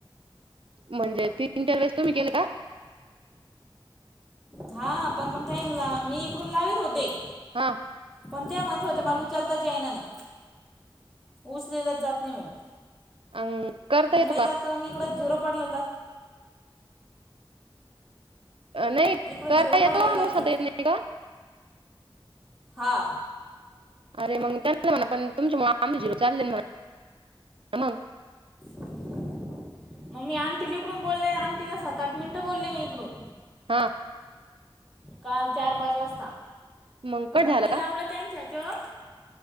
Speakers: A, on the right; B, in the centre.
A: म्हणजे तीनटर वेळेस तुम्ही केल का
B: हा पण मग त्यांला मी इकडून लावीत होते.
A: हा
B: पण त्या माणूस होते मला उचालता ज्याना नाही ऊचलेलाच जात नाही म्हणे.
A: अं करता
B: मंग
A: येतो
B: नाही
A: का?
B: जातं मग इकडं झिरो पडलेला जा-
A: नाही
B: इकडं
A: करता
B: झिरो पाडलेला
A: येतो नु
B: दाखिला
A: सध्या येत नाही का?
B: हा.
A: <unintelligible>
B: मंग मी आण्टील इकडून बोलले आण्टीला सात आठ मिनिटं बोलले मी इकडून.
A: हो
B: काल चार-पाच वाजता
A: मग कट
B: मंग
A: झाला
B: मी लावलं
A: का?
B: त्यांच्याच वर.